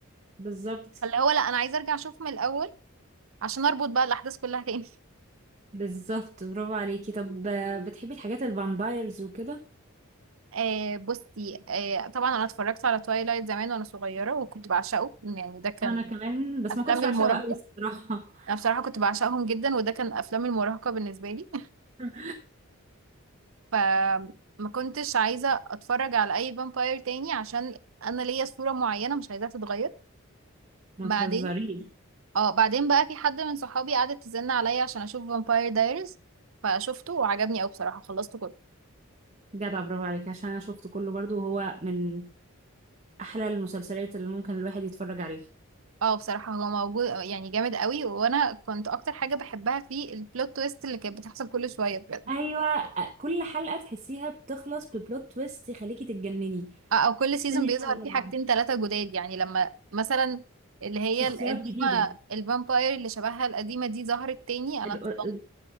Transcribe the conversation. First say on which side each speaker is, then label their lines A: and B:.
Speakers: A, on the right; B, on the right.
A: بالظبط
B: فاللي هو لا انا عايزة ارجع اشوف من الأول عشان اربط بقى الأحداث كلها <laughs> تاني
A: بالظبط برافو عليكي طب آه، بتحبي الحاجات الفامبايرز وكده
B: آه بصي آه طبعا انا اتفرجت على توايلايت زمان وانا صغيرة وكنت بعشقه يعني ده كان
A: أنا كمان بس
B: افلام
A: ما كنتش بعشقها
B: المراهقة
A: قوي الصراحة
B: انا بصراحة كنت بعشقهم جدا وده كان افلام المراهقة بالنسبة لي
A: <laughs>
B: فما كنتش عايزة اتفرج على اي فامباير تاني عشان انا ليا صورة معينة مش عايزاها تتغير
A: ما
B: بعدين
A: تهزريش
B: اه بعدين بقى في حد من صحابي قعدت تزن عليا عشان اشوف فامباير دايرز فشفته وعجبني قوي بصراحة خلصته كله
A: جدع برافو عليك عشان انا شفته كله برضو وهو من احلى المسلسلات اللي ممكن الواحد يتفرج عليها
B: اه بصراحة هو موجود آه، يعني جامد قوي وانا كنت اكتر حاجة بحبها فيه البلوت تويست اللي كانت بتحصل كل شوية بجد
A: ايوه آه، كل حلقه تحسيها بتخلص ببلوت تويست يخليكي تتجنني
B: آه، او كل
A: تستني
B: سيزون بيظهر
A: الحلقه اللي
B: فيه
A: بعدها
B: حاجتين ثلاثة جداد يعني لما مثلا اللي هي
A: شخصيات
B: القديمة
A: جديده
B: الفامباير اللي شبهها القديمة دي ظهرت تاني انا
A: ال-
B: اتصدمت
A: ال-